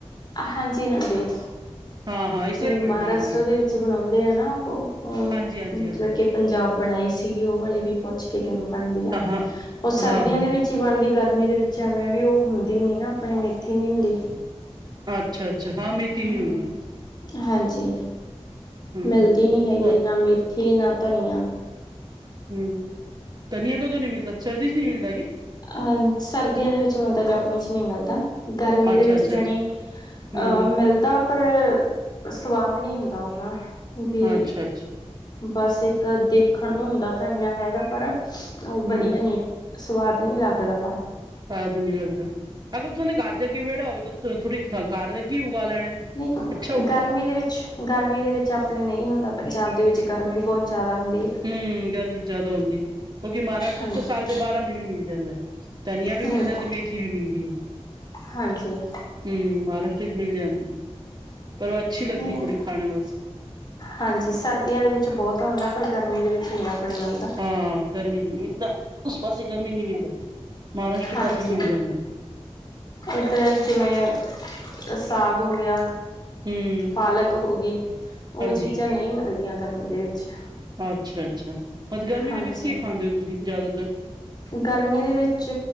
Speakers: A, on the left; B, on the right.
A: ਹਾਂਜੀ, ਹਾਂਜੀ।
B: ਹਾਂ-ਹਾਂ ਇਸ ਤਰ੍ਹਾਂ
A: ਉਹ
B: ਹੀ ਬਣਦੀ
A: ਮਹਾਰਾਸ਼ਟਰ
B: ਵੀ
A: ਦੇ ਵਿੱਚ ਬਣਾਉਂਦੇ ਆ ਨਾ ਉਹ
B: ਹਾਂਜੀ-ਹਾਂਜੀ-ਹਾਂਜੀ
A: ਮਤਲਬ ਕਿ ਪੰਜਾਬ ਬਣਾਈ ਸੀਗੀ ਉਹ ਵਾਲੀ ਵੀ ਪੁੱਛ ਕੇ ਕਿਵੇਂ ਬਣਦੀ ਆ
B: ਹਾਂ
A: ਉਹ ਸਰਦੀਆਂ
B: ਹਾਂ-ਹਾਂ
A: ਦੇ ਵਿੱਚ ਵਿਚੀ ਬਣਦੀ ਗਰਮੀ ਦੇ ਵਿੱਚ ਐਵੇਂ ਵੀ ਉਹ ਹੁੰਦੀ ਨੀ ਨਾ ਆਪਣੇ ਮੇਥੀ ਨੀ ਹੁੰਦੀ।
B: ਅੱਛਾ-ਅੱਛਾ ਹਾਂ ਮੇਥੀ
A: ਹਮ
B: ਨੀ ਹੁੰਦੀ
A: ਹਾਂਜੀ।
B: ਹੂੰ-ਹੂੰ
A: ਮਿਲਦੀ ਨਹੀਂ ਹੈਗੀ
B: ਹੂੰ
A: ਨਾ ਮੇਥੀ ਨਾ ਧਨੀਆ।
B: ਹਮ ਧਨੀਆਂ ਕਦੋਂ ਨਹੀਂ ਮਿਲਦਾ ਸਰਦੀ ਚ ਨਹੀਂ ਮਿਲਦਾ ਕੀ।
A: ਅਹ ਸਰਦੀਆਂ ਦੇ ਵਿੱਚ ਮਿਲਦਾ ਗਰਮੀ ਚ ਨਹੀਂ ਮਿਲਦਾ। ਗਰਮੀ
B: ਅੱਛਾ-ਅੱਛਾ-ਅੱਛਾ
A: ਦੇ ਵਿੱਚ ਜਾਣੀ
B: ਹੂੰ
A: ਅਹ ਮਿਲਦਾ। ਪਰ ਸਵਾਦ ਨਹੀਂ ਹੁੰਦਾ ਓਨਾ ਵੀ।
B: ਅੱਛਾ-ਅੱਛਾ
A: ਬਸ ਇੱਕ ਦੇਖਣ ਨੂੰ ਹੁੰਦਾ ਧਣੀਆ ਹੈਗਾ ਪਰ ਉਹ ਵਧੀਆ
B: ਹੂੰ
A: ਨੀ ਸਵਾਦ ਨੀ ਲੱਗਦਾ।
B: ਸਵਾਦ ਨੀ ਲੱਗਦਾ ਅਗਰ ਤੁ ਦੇ ਘਰ ਦੇ ਅੱਗੇ ਵਿਹੜਾ ਹੋਵੇ ਤਾਂ ਥੋੜੀ ਘਰ ਦੇ ਅੱਗੇ ਉਗਾ ਲੈਣਾ।
A: ਨਹੀਂ
B: ਅੱਛਾ ਉਗ
A: ਗਰਮੀ ਦੇ ਵਿੱਚ। ਗਰਮੀ ਦੇ ਵਿੱਚ ਆਪਣੇ ਨਹੀਂ ਹੁੰਦਾ ਪੰਜਾਬ ਦੇ ਵਿੱਚ ਗਰਮੀ ਬਹੁਤ ਜ਼ਿਆਦਾ ਹੁੰਦੀ। ਹੈ
B: ਹਮ ਗਰਮੀ ਚ ਜ਼ਿਆਦਾ ਹੁੰਦੀ ਹੈ ਕਿਉਂਕਿ ਮਹਾਰਾਸ਼ਟਰਰੀ
A: ਹਾਂਜੀ
B: ਚ ਤਾਂ ਸਾਲ ਦੇ ਬਾਰਾਂ ਮਹੀਨੇ ਮਿਲ ਜਾਂਦਾ। ਧਨੀਆ ਵੀ
A: ਹਮ
B: ਮਿਲਦਾ ਤੇ ਮੇਥੀ ਵੀ ਮਿਲਦੀ।
A: ਹਾਂਜੀ।
B: ਹਮ ਮਹਾਰਾਸ਼ਟਰ ਚ ਮਿਲ ਜਾਂਦੀ ਪਰ ਉਹ ਅੱਛੀ ਲੱਗਦੀ
A: ਨਹੀਂ
B: ਥੋੜੀ ਖਾਣੇ ਵਾਸਤੇ।
A: ਹਾਂਜੀ ਸਰਦੀਆਂ ਦੇ ਵਿੱਚ ਬਹੁਤ ਹੁੰਦਾ ਪਰ ਗਰਮੀ ਦੇ ਵਿੱਚ ਨਹੀਂ ਆਪਣੇ ਮਿਲਦਾ।
B: ਹਾਂ ਗਰਮੀ ਨਹੀਂ ਮਿਲਦਾ ਉਸ ਪਾਸੇ ਗਰਮੀ ਨਹੀਂ ਮਿਲਦਾ। ਮਹਾਰਾਸ਼ਟਰ
A: ਹਾਂਜੀ।
B: ਪਾਸੇ ਮਿਲ ਜਾਂਦਾ
A: ਇੱਧਰ ਜਿਵੇਂ ਸਾਗ ਹੋ ਗਿਆ।
B: ਹਮ
A: ਪਾਲਕ ਹੋ ਗਈ ਉਹ
B: ਹਾਂਜੀ
A: ਚੀਜ਼ਾਂ ਨਹੀਂ ਮਿਲਦੀਆਂ ਗਰਮੀ ਦੇ ਵਿੱਚ
B: ਅੱਛਾ, ਅੱਛ ੳਹ ਤੇ ਗਰਮੀ
A: ਹਾਂਜੀ
B: ਦੇ ਵਿੱਚ ਕੀ ਖਾਂਦੇ ਹੋ ਤੁਸੀਂ ਜ਼ਿਆਦਾਤਰ
A: ਗਰਮੀ ਦੇ ਵਿੱਚ